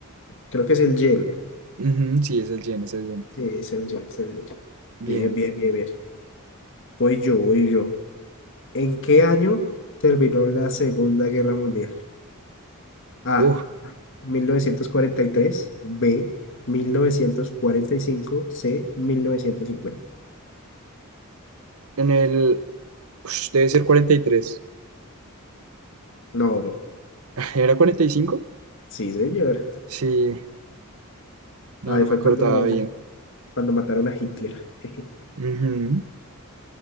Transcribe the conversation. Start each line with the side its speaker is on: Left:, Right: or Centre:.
Left: Creo que es el yen.
Right: Ujú, sí, es el yen, es el yen.
Left: Sí, es el yen, es el yen.
Right: Bien.
Left: Bien, bien, bien, bien. Voy yo, voy yo. ¿En qué año terminó la Segunda Guerra Mundial? A,
Right: Uf,
Left: mil novecientos cuarenta y tres B, mil novecientos cuarenta y cinco C, mil novecientos cincuenta
Right: en el... ush, debe ser cuarenta y tres,
Left: No, bro.
Right: <laughs> ¿Era cuarenta y cinco,
Left: Sí, señor.
Right: Sí, no,
Left: Ahí
Right: no
Left: fue
Right: me acordaba
Left: cuando,
Right: bien.
Left: cuando mataron a Hitler. <laughs>
Right: Ujú.